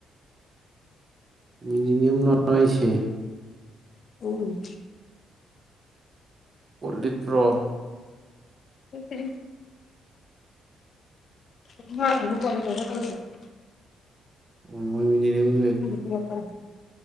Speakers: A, on the right (about 35°); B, on the left (about 55°).
A: ꯃꯤꯅꯤꯅꯤꯌꯝ ꯂꯔꯥꯏꯁꯦ
B: ꯎ
A: ꯎꯠꯂꯤꯄ꯭ꯔꯣ
B: ꯅꯠꯇꯦꯍꯦ <unintelligible>
A: ꯑꯣ ꯃꯣꯏꯃꯤꯅꯤ
B: ꯄꯔꯄ